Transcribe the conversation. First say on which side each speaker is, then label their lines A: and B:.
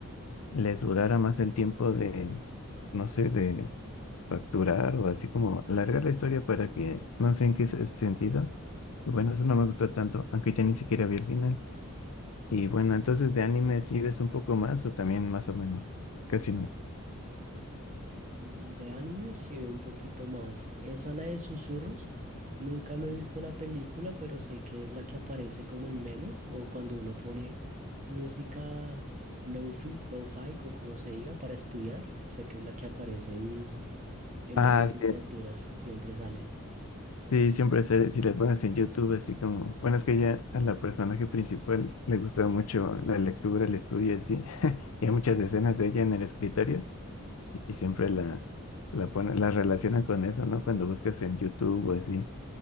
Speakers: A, on the left (about 75°); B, on the right (about 35°).
A: les durara más el tiempo de, no sé, de facturar o así como alargar la historia para que, no sé en qué se- sentido. Y bueno, eso no me gustó tanto, aunque ya ni siquiera vi el final. Y bueno, entonces de anime sí ves un poco más o también más o menos, casi no.
B: Mm, De anime sí veo un poquito más. Esa la de Susurros. Nunca me he visto la película, pero sé que es la que aparece como en memes o cuando uno pone música lofi, lo-fi o como se diga para estudiar. Sé que es la que aparece en, en
A: Ah,
B: varias
A: sí,
B: miniaturas. Siempre sale.
A: Sí, siempre se, si le pones en YouTube, así como, bueno, es que ya a la personaje principal le gusta mucho la lectura, el estudio, y así, y hay muchas escenas de ella en el escritorio y y siempre la, la ponen, la relacionan con eso, ¿no? Cuando buscas en YouTube o así.